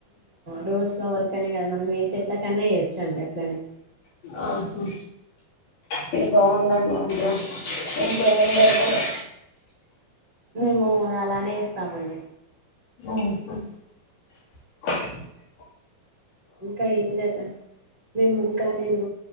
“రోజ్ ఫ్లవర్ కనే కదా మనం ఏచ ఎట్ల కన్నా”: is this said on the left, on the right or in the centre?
Right